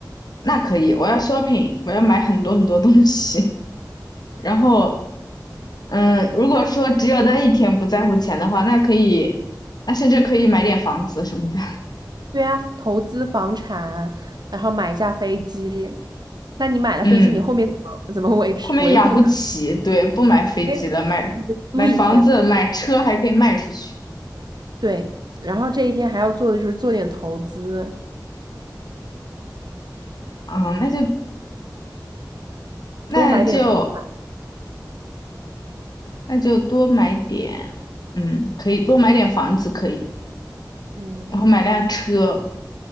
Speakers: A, on the left; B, on the right.
A: 那可以，我要 shopping，我要买很多很多东西。<laughs> 然后，嗯，如果说只有那一天不在乎钱的话，那可以，那甚至可以买点房子什么的。
B: 对啊，投资房产，然后买一架飞机。那你买了飞机，
A: 嗯，
B: 你后面怎么怎么维持维护它？
A: 后面养不起，对，不买飞机了，
B: 那你
A: 买买房子，
B: 就租一天嘛
A: 买车还可以卖出去。
B: 对，然后这一天还要做的就是做点投资，
A: 嗯，那就那就
B: 多买点房。
A: 那就多买点，嗯，可以多买点房子，可以，
B: 嗯，
A: 然后买辆车，